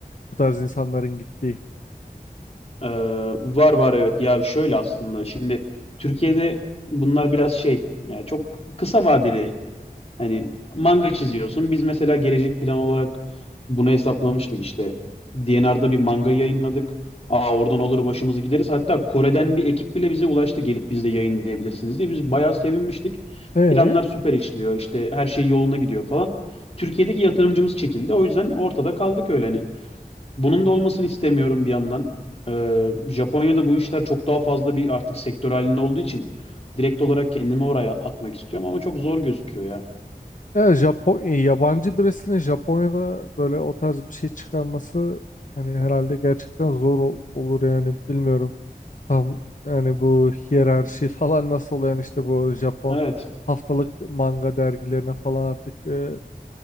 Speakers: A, on the left; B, on the left.
A: bu tarz insanların gittiği.
B: Ee, var var evet. Ya şöyle aslında şimdi Türkiye'de bunlar biraz şey yani çok kısa vadeli hani manga çiziyorsun. Biz mesela gelecek plan olarak bunu hesaplamıştık işte. DNR'da bir manga yayınladık. Aa oradan olur başımızı gideriz. Hatta Kore'den bir ekip bile bize ulaştı gelip biz de yayınlayabilirsiniz diye. Biz bayağı sevinmiştik.
A: E?
B: Planlar süper işliyor. işte her şey yoluna gidiyor falan. Türkiye'deki yatırımcımız çekildi. O yüzden ortada kaldık öyle hani. Bunun da olmasını istemiyorum bir yandan. Ee, Japonya'da bu işler çok daha fazla bir artık sektör halinde olduğu için direkt olarak kendimi oraya atmak istiyorum ama çok zor gözüküyor ya.
A: Ya Japon e, yabancı birisinin Japonya'da böyle o tarz bir şey çıkarması hani herhalde gerçekten zor ol- olur yani bilmiyorum. Tam yani bu hiyerarşi <laughs> falan nasıl oluyor yani işte bu Japon
B: Evet.
A: haftalık manga dergilerine falan artık e,